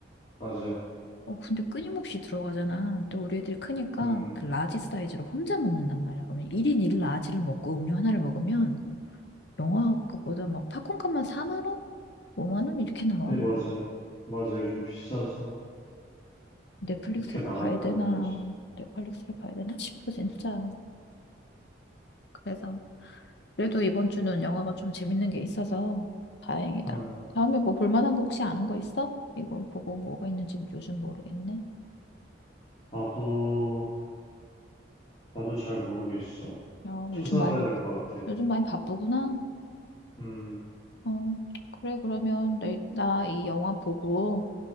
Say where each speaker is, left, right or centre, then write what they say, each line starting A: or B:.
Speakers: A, on the left; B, on the left.
A: 맞아요.
B: 어, 근데 끊임없이 들어가잖아. 또 우리 애들이 크니까
A: 음,
B: 그 라지 사이즈로 혼자 먹는단 말이야. 그러면 1인 1 라지를 먹고 음료 하나를 먹으면 영화값보다 막 팝콘값만 4만 원? 5만 원 이렇게 나와.
A: 네, 맞아요. 맞아요. 요즘 비싸서
B: 넷플릭스를
A: 이렇게 나갈
B: 봐야
A: 거야,
B: 되나,
A: 진짜.
B: 넷플릭스를 봐야 되나 싶어, 진짜. 그래서, 그래도 이번 주는 영화가 좀 재밌는 게 있어서 다행이다.
A: 음,
B: 다음에 뭐 볼만한 거 혹시 아는 거 있어? 이거 보고 뭐가 있는지 요즘 모르겠네.
A: 나도, 나도 잘 모르겠어.
B: 어,
A: 찾아봐야
B: 요즘 많이,
A: 될 것 같아.
B: 요즘 많이 바쁘구나.
A: 음,
B: 어, 그래, 그러면 내, 나 이 영화 보고,